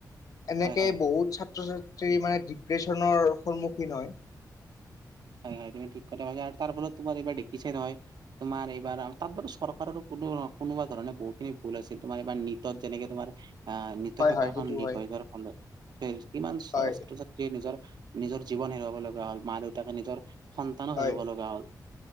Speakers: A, on the left; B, on the right.
A: এনেকে
B: হয় হয়।
A: বহুত ছাত্ৰ ছা ত্ৰী মানে ডিপ্ৰেছনৰ সন্মুখীন হয়।
B: হয় হয় তুমি ঠিক কথা কৈছা আৰু তাৰ ওপৰত তোমাৰ এইবাৰ দেখিছাই নহয় তোমাৰ এইবাৰ তাত চৰকাৰ কোনো কোনোবা ধৰণে বহুতখিনি ভুল আছিল তোমাৰ এবাৰ নৃত্যত যেনেকে তোমাৰ অহ নেটৰ
A: হয়
B: পেপাৰখন
A: হয় সেইটো
B: লিক
A: হয়।
B: হৈ যোৱাৰ ফলত কিমান ছাত্ৰ
A: হয়
B: ছাত্ৰীয়ে নিজৰ নিজৰ জীৱন হেৰুৱাব লগা হ'ল মা দেউতাকে নিজৰ সন্তানো
A: হয়
B: হেৰুৱাব লগা হ'ল